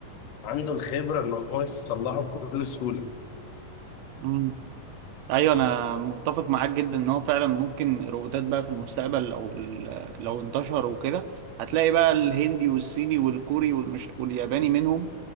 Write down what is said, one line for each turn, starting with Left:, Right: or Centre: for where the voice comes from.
Left: عنده الخبره ان هو يصلحه بكل سهوله
Right: مم. أيوة أنا متفق معاك جدا إن هو فعلا ممكن الروبوتات بقى في المستقبل لو ال- لو انتشروا وكده هتلاقي بقى الهندي والصيني والكوري والمش... والياباني منهم